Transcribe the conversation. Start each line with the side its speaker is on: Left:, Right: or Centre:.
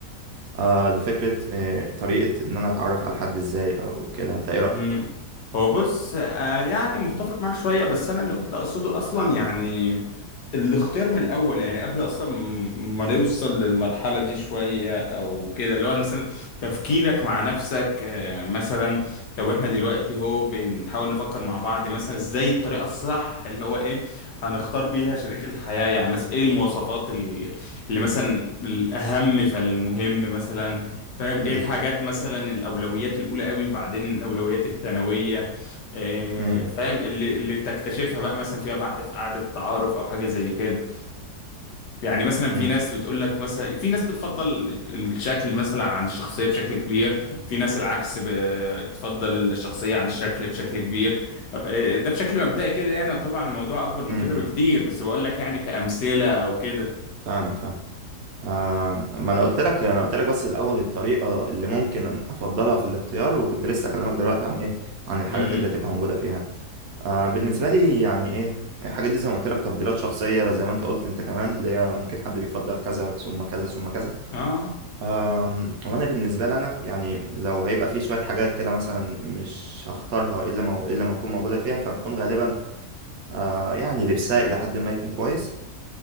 Right: آه لفكرة آه طريقة إن أنا أتعرف على حد إزاي أو كده أنت إيه رأيك؟
Left: مم. هو بص آه يعني متفق معاك شوية بس أنا اللي كنت أقصده أصلا يعني الاختيار من الأول يعني قبل أصلا ما نوصل للمرحلة دي شوية أو كده اللي هو مثلا تفكيرك مع نفسك آه مثلا لو إحنا دلوقتي هو بنحاول نفكر مع بعض مثلا إزاي الطريقة الصح اللي هو إيه هنختار بيها شريك الحياة يعني مثلا إيه المواصفات ال- اللي مثلا الأهم فالمهم مثلا فاهم
Right: م-
Left: ايه الحاجات مثلا الاولويات الاولى قوي وبعدين الاولويات الثانويه آه،
Right: م-
Left: فاهم اللي اللي تكتشفها بقى مثلا فيما بعد في قعده التعارف او حاجه زي كده يعني مثلا
Right: م-
Left: في
Right: م-
Left: ناس بتقول لك مثلا في ناس بتفضل ال- الشكل مثلا عن الشخصيه بشكل كبير في ناس العكس بتفضل الشخصيه عن الشكل بشكل كبير آه، ده بشكل مبدئي كده يعني وطبعا الموضوع اكبر من
Right: م-
Left: كده بكتير
Right: م.
Left: بس بقول لك يعني كامثله او كده
Right: فاهمك فاهم آه ما انا قلت لك انا قلت لك بس الاول الطريقه اللي ممكن افضلها في الاختيار وكنت لسه اكلمك دلوقتي عن ايه عن الحاجات
Left: امم
Right: اللي هتبقى موجوده فيها آه بالنسبه لي يعني ايه الحاجات دي زي ما قلت لك تفضيلات شخصيه زي ما انت قلت انت كمان اللي هي ممكن حد بيفضل كذا ثم كذا ثم كذا
Left: اه
Right: آه وانا بالنسبه لي انا يعني لو هيبقى في شويه حاجات كده مثلا مش هختارها الا ما الا ما اكون موجوده فيها فتكون غالبا آه يعني لبسها الى حد ما يكون كويس